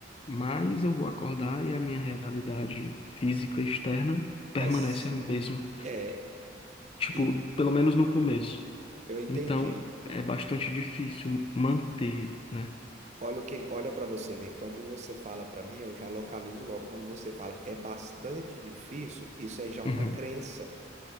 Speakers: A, on the left; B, on the right.
A: Mas eu vou acordar e a minha realidade física externa
B: mas
A: permanece a mesma.
B: é,
A: Tipo,
B: e
A: pelo menos no começo.
B: eu entendi.
A: Então, é bastante difícil manter, né?
B: Olha o que, olha para você ver. Quando você fala para mim, eu já localizo logo. Quando você fala é bastante difícil, isso é já uma
A: Uhum.
B: crença.